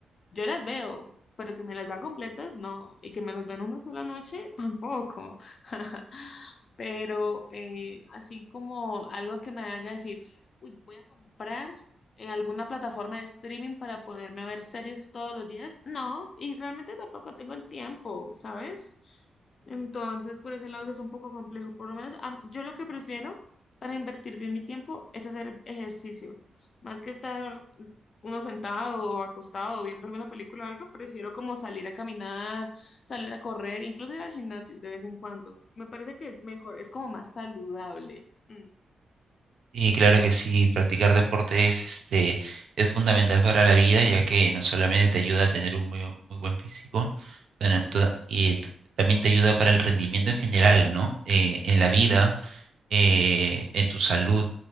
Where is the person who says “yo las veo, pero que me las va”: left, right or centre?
Left